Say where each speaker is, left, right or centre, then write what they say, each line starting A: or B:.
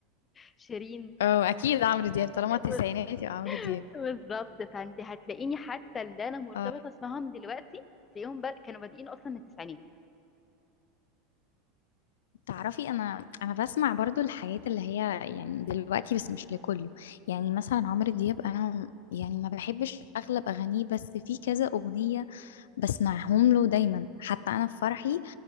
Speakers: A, on the left (about 25°); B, on the left (about 85°).
A: شيرين
B: اه اكيد عمرو دياب طالما
A: <laughs>
B: التسعينات يبقى عمرو دياب
A: بالظبط فانت هتلاقيني حتى اللي انا مرتبطه
B: آه،
A: اسمهم دلوقتي تلاقيهم بر... كانوا بادئين اصلا من التسعينات
B: تعرفي انا انا بسمع برضو الحاجات اللي هي يعني دلوقتي بس مش لكله يعني مثلا عمرو دياب انا يعني ما بحبش اغلب اغانيه بس في كذا اغنية بسمعهم له دايما حتى انا في فرحي